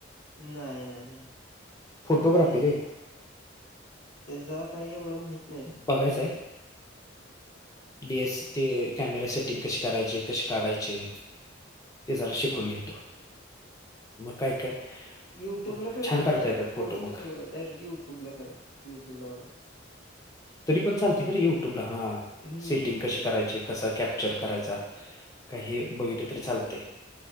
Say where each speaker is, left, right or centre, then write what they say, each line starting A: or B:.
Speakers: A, on the left (about 55°); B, on the left (about 15°).
A: नाही नाही नाही
B: फोटोग्राफी
A: ते
B: रे
A: त्याज. काय एवढं माहिती.
B: बघायचंय. डी एस ते कॅमेरा सेटिंग कशी करायचे कसे काढायचे.. ते जरा शिकून
A: हा.
B: घेतो.. मग काय काय
A: युट्यूबला
B: अं,
A: कळते
B: छान
A: की
B: काढता
A: डायरेक्ट
B: येतात फोटो
A: कोर्स
B: मग
A: कशला करत डायरेक्ट युट्यूबला कराय. युट्यूब लाग आहेत.
B: तरी पण चालतेरे युट्यूबला हा
A: हम्म
B: सेटिंग क. करा क कॅपचर कराय काही बघ तरी चालते..